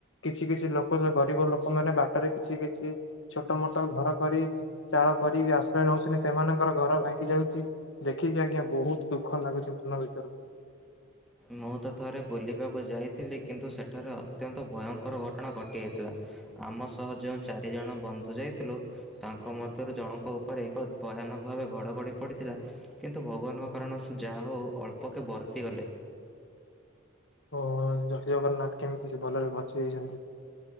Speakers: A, on the left; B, in the centre.
A: କିଛି କିଛି ଲୋକ ଯୋଉ ଗରିବ ଲୋକମାନେ ବାଟରେ କିଛି କିଛି ଛୋଟ ମୋଟ ଘର କରି ଚାଳ କରିକି ଆଶ୍ରୟ ନଉଛନ୍ତି ସେମାନଙ୍କର ଘର ଭାଙ୍ଗି ଯାଉଛି। ଦେଖିକି ଆଜ୍ଞା ବହୁତ ଦୁଃଖ ଲାଗୁଛି ମନ ଭିତରୁ।
B: ମୁଁ ତ ଥରେ ବୁଲିବାକୁ ଯାଇଥିଲି କିନ୍ତୁ ସେଠାରେ ଅତ୍ୟନ୍ତ ଭୟଙ୍କର ଘଟଣା ଘଟିଯାଇଥିଲା। ଆମ ସହ ଯେଉଁ ଚାରିଜଣ ବନ୍ଧୁ ଯାଇଥିଲୁ ତାଙ୍କ ମଧ୍ୟରୁ ଜଣଙ୍କ ଉପରେ ଏକ ଭୟାନକ ଭାବେ ଘଡଘଡି ପଡିଥିଲା କିନ୍ତୁ ଭଗବାନଙ୍କ କାରଣରୁ ସେ ଯାହା ହଉ ଅଳ୍ପକେ ବର୍ତ୍ତି ଗଲେ।
A: ଓ ଜୟ ଜଗନ୍ନାଥ। କେମିତି ସେ ଭଲରେ ବଞ୍ଚିଯାଇଛନ୍ତି।